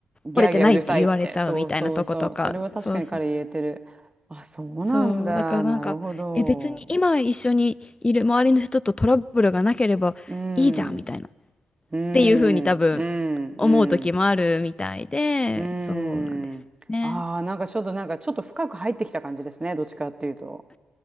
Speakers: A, on the right; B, on the left.
A: ギャーギャーうるさいって。
B: 折れてないって言われちゃうみたいなとことか、
A: そうそうそう。それは確かに彼言えてる。
B: そうそう、
A: あ、そうなんだ。
B: そう、だからなんか、
A: なるほど。
B: え、別に今一緒にいる周りの人とトラブルがなければいいじゃんみたいな、
A: うん。
B: っ
A: うん。
B: ていうふうに多分
A: うん。うん。
B: 思う時もあるみたいで、
A: うー
B: そうなんですよね。
A: ん。ああ、なんかちょっとなんかちょっと深く入ってきた感じですね。どっちかっていうと。